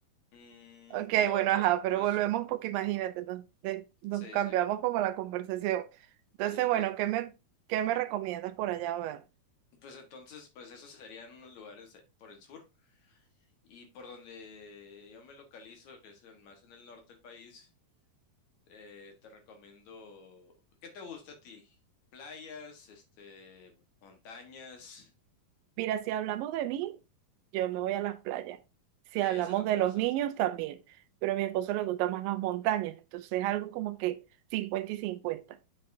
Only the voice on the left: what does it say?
Mm,
¿qué
otro?
Pues,
sí,
sí,
sí.
el-
pues entonces, pues esos serían unos lugares eh, por el sur y por donde yo me localizo, que es el más en el norte del país. Eh, te recomiendo. ¿Qué te gusta a ti? Playas, este, montañas.
Playas
es lo
que más
te
gusta.